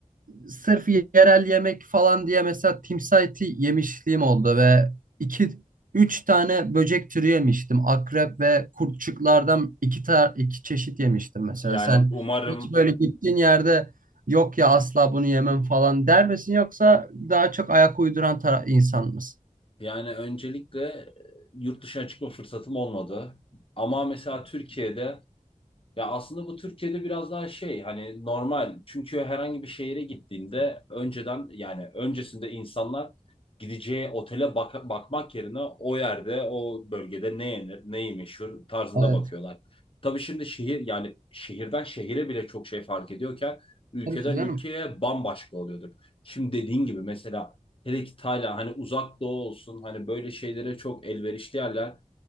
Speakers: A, on the right; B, on the left.
A: sırf yerel yemek falan diye mesela timsah eti yemişliğim oldu ve iki üç tane böcek türü yemiştim. Akrep ve kurtçuklardan iki tar iki çeşit yemiştim mesela.
B: Yani
A: Sen
B: umarım
A: hiç böyle gittiğin yerde yok ya asla bunu yemem falan der misin yoksa daha çok ayak uyduran tara- insan mısın?
B: Yani öncelikle e, yurt dışına çıkma fırsatım olmadı. Ama mesela Türkiye'de ya aslında bu Türkiye'de biraz daha şey hani normal. Çünkü herhangi bir şehire gittiğinde önceden yani öncesinde insanlar gideceği otele bak- bakmak yerine o yerde o bölgede ne yenir, neyi meşhur tarzında
A: Evet.
B: bakıyorlar. Tabii şimdi şehir yani şehirden şehire bile çok şey fark ediyorken ülkeden
A: Tabii ki canım.
B: ülkeye bambaşka oluyordur. Şimdi dediğin gibi mesela hele ki Tayland hani uzak doğu olsun hani böyle şeylere çok elverişli yerler.